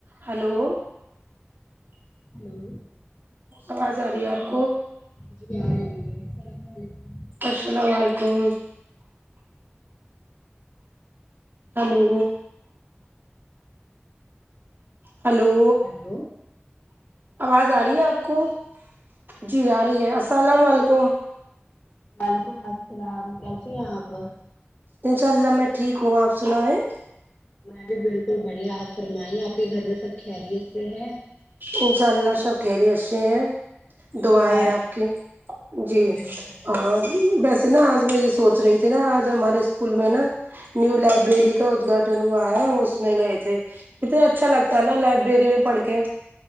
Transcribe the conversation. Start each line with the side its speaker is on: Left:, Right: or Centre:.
Right: hello
Left: hello
Right: آواز آ رہی ہے آپ کو
Left: جی آ رہی ہے السلام علیکم
Right: السلام علیکم ہلو ہلو
Left: ہلو
Right: آواز آ رہی ہے آپ کو جی آ رہی ہے السلام علیکم
Left: وعلیکم السلام ہیں آپ
Right: انشاء اللہ میں ٹھیک ہوں آپ سنا ہے
Left: میں بھی بالکل بڑھیا آپ فرمائیے آپ کے گھر میں سب خیریت سے ہے
Right: انشاء اللہ سب خیریت سے ہیں دعائیں
Left: اور
Right: آپ کی جی
Left: بالکل
Right: اور ویسے نا آج میں یہ سوچ رہی تھی نا آج ہمارے اسکول میں نا نیو لائبریری کا ادگھاٹن ہوا ہے ہم اس میں گئے تھے کتنا اچھا لگتا ہے نا لائبریری میں پڑھ کے